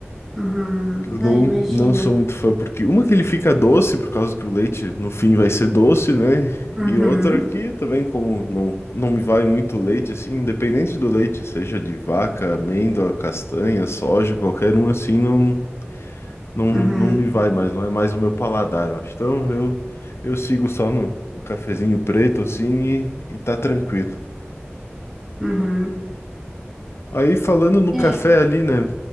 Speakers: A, in the centre; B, on the left.
A: uhum,
B: Que Eu não,
A: ah, imagino.
B: não sou muito fã, porque uma que ele fica doce, por causa que o leite no fim vai ser doce, né?
A: Uhum,
B: E outra que também, como não, não me vai muito leite, assim, independente do leite, seja de vaca, amêndoa, castanha, soja, qualquer um, assim, não não,
A: uhum,
B: não me vai mais, não é mais o meu paladar, eu acho. Então eu, eu sigo só no, no cafezinho preto, assim, e, e tá tranquilo.
A: uhum.
B: Aí falando no
A: É.
B: café ali, né?